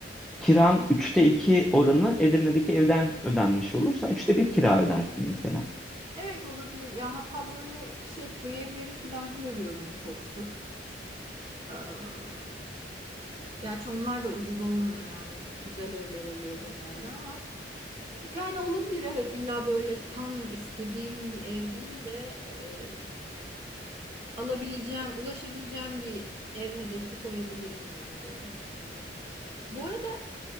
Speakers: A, in the centre; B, on the right.
A: kiran üçte 2 oranı Edirne'deki evden ödenmiş olur. Sen 3'te 1 kira ödersin mesela.
B: Evet olabilir. Ya hatta böyle şey köy evleri falan görüyorum çok sık. Ee, Gerçi onlar da ucuz olmuyor yani. Güzel evler oluyor genelde ama. Yani olabilir evet illa böyle tam istediğim bir ev değil de e, alabileceğim, ulaşabileceğim bir ev hedefi koyabilirim bence evet. Bu arada